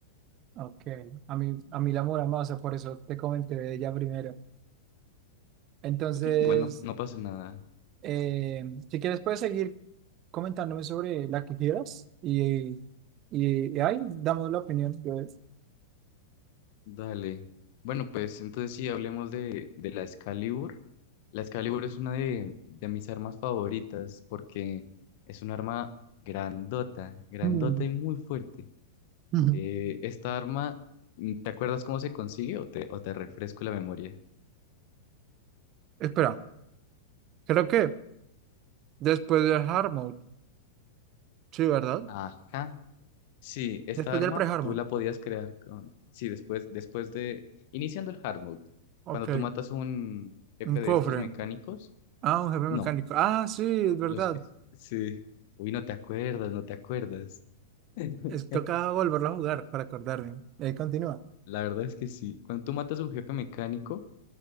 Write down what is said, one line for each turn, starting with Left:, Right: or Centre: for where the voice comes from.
Right: Ok, a mí, a mí la Muramasa, por eso te comenté de ella primero. Entonces.
Left: Ok, igual no, no pasa nada.
Right: Eh, si quieres, puedes seguir comentándome sobre la que quieras y, y, y ahí damos la opinión. Yo-
Left: Dale. Bueno, pues entonces sí, hablemos de, de la Excalibur. La Excalibur es una de, de mis armas favoritas porque es un arma grandota, grandota
Right: Mm,
Left: y muy fuerte.
Right: mm.
Left: Eh, esta arma, ¿te acuerdas cómo se consigue o te, o te refresco la memoria?
Right: Espera, creo que después del hard mode, sí, ¿verdad?
Left: Ajá. Sí, esta
Right: Después
Left: arma
Right: del pre-hard
Left: tú
Right: mode,
Left: la podías crear con... Sí, después, después de... Iniciando el hard mode,
Right: ok,
Left: cuando tú matas un jefe
Right: un
Left: de
Right: cofre,
Left: estos mecánicos,
Right: ah, un jefe
Left: no,
Right: mecánico, ah, sí, es verdad,
Left: los... que- Sí. Uy, no te acuerdas, no te acuerdas. <laughs>
Right: es, toca volverlo a jugar para acordarme. Eh, continúa,
Left: La verdad es que sí. Cuando tú matas a un jefe mecánico,